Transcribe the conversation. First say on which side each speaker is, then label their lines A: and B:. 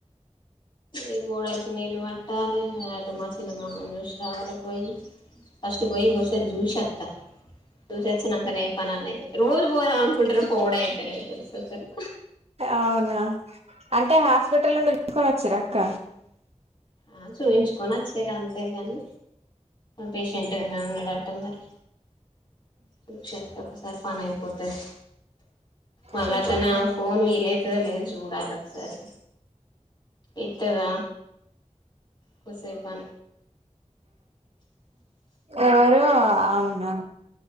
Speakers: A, on the left (about 40°); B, on the right (about 55°).
A: ఈ గోడలకు నీళ్ళు పట్టాలి అటు మా చిన్న మామ్మని చూసి రావాల పోయి ఫస్ట్ పోయి కోసేపు చూసి అత్త చూసొచ్చినాకనే ఏ పని అన్న అయి రోజు పోదాం అనుకుంటాన పోవుడే అయితలేదు తెలుస అసలు
B: అవునా అంటే హాస్పిటల్ నుంది తీసుకొని వచ్చరాక్క
A: ఆ చూపించుకొని ఆచిర్రు అంతేగాని పేషెంట్ గానే ఉన్నాడు అట్ట మరి చూసొస్తే ఒకసారి పని అయిపోతది మళ్ళా
B: చూషొత్తే
A: అట్లనే ఫోన్ వీలైతుందో లేదు చూడాలి ఒకసారి ఇత్తద కోసేపు
B: ఎవరు ఆవునా